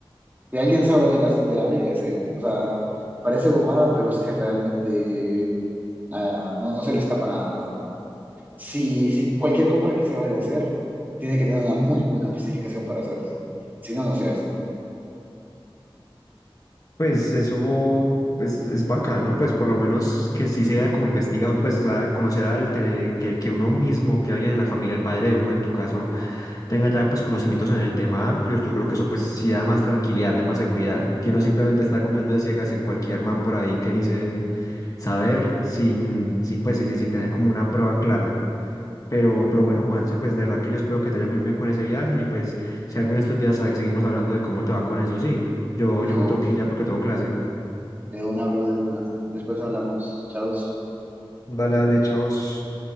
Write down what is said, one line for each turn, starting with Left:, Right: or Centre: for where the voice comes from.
Right: que alguien sabe de la, de la vida es él. O sea, parece bobada, pero es que realmente ah, no, no se le escapa nada. O sea, si, si cualquier compra que se vaya a hacer, tiene que tener una muy buena justificación para hacerse. Si no, no se hace.
Left: Pues eso pues, es bacano, pues por lo menos que sí sea como investigado, pues o sea, conocer al tener que, que uno mismo, que alguien en la familia, el padre de uno en tu caso, tenga ya pues conocimientos en el tema amplios, yo creo que eso pues sí da más tranquilidad, da más seguridad, que uno simplemente estar confiando de ciegas en cualquier man por ahí que dice saber sin, sin pues sí, sí, sin tener como una prueba clara. Pero, pero bueno, Juanse, pues de verdad que yo espero que te vaya muy bien con ese viaje y pues si alguno de estos días ah, seguimos hablando de cómo te va con eso, sí. Yo,
Right: De,
Left: yo
Right: u-
Left: me tengo que ir ya porque tengo clase.
Right: de una, bro, de una. Después hablamos. Chao.
Left: Dale, dale, chavos.